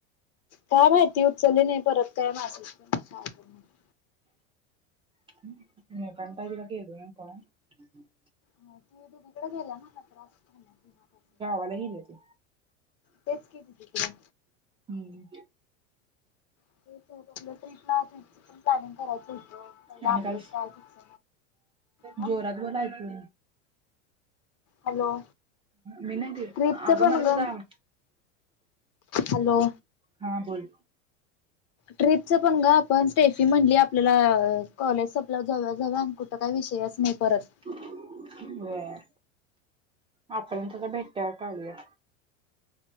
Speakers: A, on the left; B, on the right.
A: काय माहिती उचलली नाही परत काय मॅसेज <unintelligible>
B: <unintelligible>
A: हा ती दीदीकड गेलिया <unintelligible>
B: गावाला गिलिया ती.
A: तेच कि दीदीकड.
B: हम्म
A: <unintelligible> ट्रीपला ट्रिपचं पण प्लॅनिंग करायच हूत पहिलं
B: आणि
A: आपलंच
B: काल
A: काय फिक्स हा
B: जोरात बोल ऐकू
A: हॅलो!
B: मी नाही ती
A: ट्रिपच
B: आगं
A: पण
B: मला
A: ग
B: तुजा आव
A: हॅलो
B: हा बोल.
A: ट्रीपचं पण ग आपण स्टेफी म्हणली आपल्याला कॉलेज सपल्यावर जाऊया जाऊया आण कु ठ काय विषयच नाही परत.
B: व्हय आपण तसं भेट्यावर काढुया